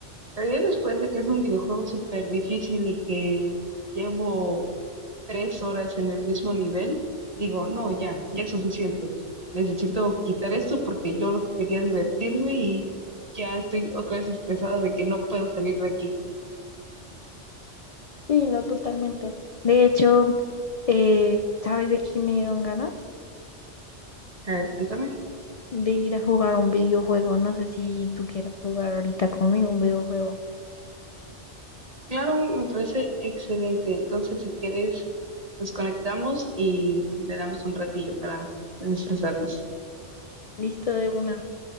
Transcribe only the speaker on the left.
Sí, no, totalmente. De hecho, eh, ¿sabes de qué me dieron ganas?
De ir a jugar un videojuego. No sé si tú quieras jugar ahorita conmigo un videojuego.
Listo de una.